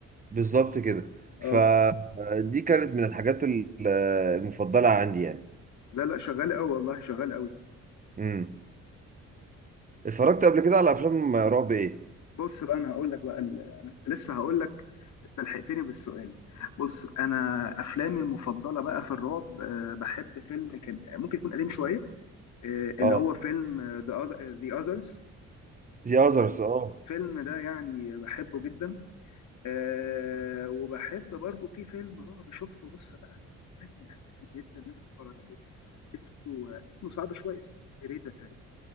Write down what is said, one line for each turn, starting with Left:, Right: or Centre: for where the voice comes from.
Right: بالظبط كده
Left: اه
Right: فدي كانت من الحاجات ال- المفضله عندي يعني
Left: لا لا شغال قوي والله شغال قوي
Right: امم اتفرجت قبل كده على افلام رعب ايه
Left: بص بقى انا هقول لك بقى ال- انا كنت لسه هقول لك انت لحقتني بالسؤال بص انا افلامي المفضله بقى في الرعب آه، بحب فيلم كان ممكن يكون قديم شويه آه،
Right: اه
Left: اللي هو فيلم ذا ذا اذرز
Right: ذا اذرز اه
Left: الفيلم ده يعني بحبه جدا آه وبحب برضو في فيلم رعب شفته بص بقى الفيلم ده جامد جدا لازم تتفرج عليه اسمه اسمه صعب شويه اسمه هيريديتاري